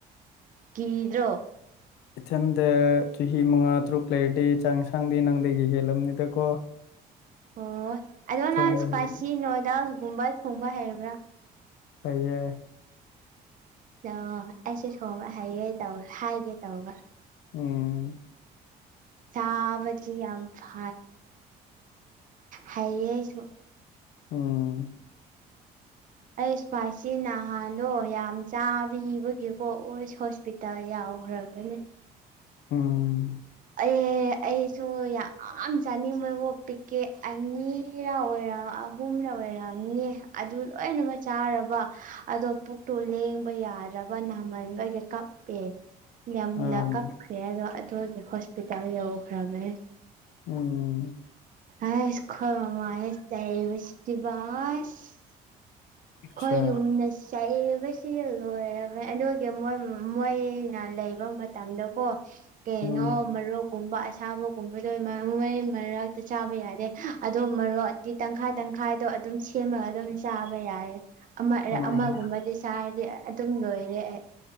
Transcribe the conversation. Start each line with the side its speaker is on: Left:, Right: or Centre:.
Right: ꯀꯤꯗ꯭ꯔꯣ
Left: ꯏꯊꯟꯗ ꯆꯍꯤ ꯃꯉꯥ ꯇꯔꯨꯛ ꯂꯩꯔꯗꯤ ꯆꯥꯡ ꯌꯦꯁꯥꯡꯗꯤ ꯅꯪꯗꯒꯤ ꯍꯦꯜꯂꯝꯅꯤꯗꯀꯣ
Right: ꯑꯣ ꯑꯗꯣ
Left: ꯊꯣꯡꯕꯁꯨ
Right: ꯅꯪ ꯏꯁꯄꯥꯏꯁꯤ ꯅꯣꯗꯜꯒꯨꯝꯕ ꯊꯣꯡꯕ ꯍꯩꯕ꯭ꯔꯥ
Left: ꯍꯩꯌꯦ
Right: ꯑꯣ ꯑꯩꯁꯨ ꯊꯣꯡꯕ ꯍꯩꯌꯦ ꯇꯧ ꯍꯥꯏꯒꯦ ꯇꯧꯕ
Left: ꯎꯝ
Right: ꯆꯥꯕꯗꯤ ꯌꯥꯝ <unintelligible> ꯍꯩꯌꯦ ꯑꯩꯁꯨ
Left: ꯎꯝ
Right: ꯑꯩ ꯑꯁꯄꯥꯁꯤꯅꯥ ꯅꯍꯥꯟꯗꯣ ꯌꯥꯝ ꯆꯥꯕꯤꯕꯒꯤꯀꯣ ꯑꯣꯁ ꯍꯣꯁꯄꯤꯇꯥꯜ ꯌꯥꯎꯈ꯭ꯔꯕꯅꯦ
Left: ꯎꯝ
Right: ꯑꯦ ꯑꯩꯁꯨ ꯌꯥꯝ ꯆꯥꯅꯤꯡꯕꯀꯣ ꯄꯤꯛꯀꯦ ꯑꯅꯤꯔꯥ ꯑꯣꯏꯔꯝ ꯑꯍꯨꯝꯂ ꯑꯣꯏꯔꯝꯅꯤꯌꯦ ꯑꯗꯨ ꯂꯣꯏꯅꯃꯛ ꯆꯥꯔꯕ ꯑꯗꯣ ꯄꯨꯛꯇꯨ ꯂꯦꯡꯕ ꯌꯥꯗ꯭ꯔꯕ ꯅꯥꯃꯟꯕꯒꯤ ꯀꯞꯄꯦ ꯌꯥꯝꯅ
Left: ꯎꯝ
Right: ꯀꯞꯈ꯭ꯔꯦ ꯑꯗꯣ ꯑꯗꯨꯒꯤ ꯍꯣꯁꯄꯤꯇꯥꯜ ꯌꯧꯈ꯭ꯔꯕꯅꯦ
Left: ꯎꯝ
Right: ꯑꯥꯢꯁ ꯈꯣꯏ ꯃꯃꯥꯅ ꯆꯩꯕꯁꯤꯗꯤꯕ ꯑꯥꯁ
Left: ꯑꯠꯁꯥ
Right: ꯑꯩꯈꯣꯏ ꯌꯨꯝꯗ ꯆꯩꯕꯁꯤꯗ ꯂꯣꯏꯔꯝꯃꯦ ꯑꯗꯨꯒꯤ ꯃꯣꯏ ꯃꯣꯏꯅ ꯂꯩꯕ ꯃꯇꯝꯗꯀꯣ ꯀꯩꯅꯣ
Left: ꯎꯝ
Right: ꯃꯔꯨꯞ ꯀꯨꯝꯕ ꯑꯁꯥꯕꯒꯨꯝꯕꯗꯣ ꯃꯩ ꯃꯔꯛꯇ ꯆꯥꯕ ꯌꯥꯗꯦ ꯑꯗꯣ ꯃꯔꯣꯛ ꯇꯪꯈꯥꯏ ꯇꯪꯈꯥꯏ ꯑꯗꯣ ꯑꯗꯨꯝ ꯁꯦꯝꯃꯒ ꯑꯗꯨꯝ ꯆꯥꯕ ꯌꯥꯏꯌꯦ ꯑꯃꯔ
Left: ꯎꯝ
Right: ꯑꯃꯒꯨꯝꯕꯗꯤ ꯆꯥꯔꯗꯤ ꯑꯗꯨꯝ ꯂꯣꯏꯔꯦ ꯑꯩ